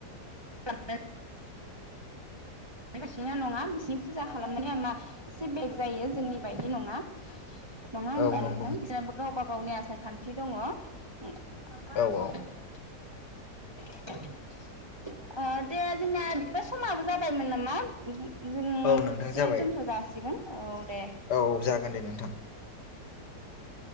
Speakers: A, on the right (about 30°); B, on the left (about 80°).
A: <unintelligible> बिसिना नङा बिसिनि फुजा खालामनाया मा एसे बेलेग जायो जोंनि बायदि नङा। नङा होमबा
B: औ नंगौ
A: नोंथां बिसोरबो गावबा गावनि आसार खान्थि दङ। <unintelligible>
B: औ औ
A: दे जोंना बिदिबा समाबो जाबाय। मोन नामा जों
B: औ नोंथां
A: एसे
B: जाबाय
A: दोनथ' जासिगोन औ दे।
B: औ जागोन दे नोंथां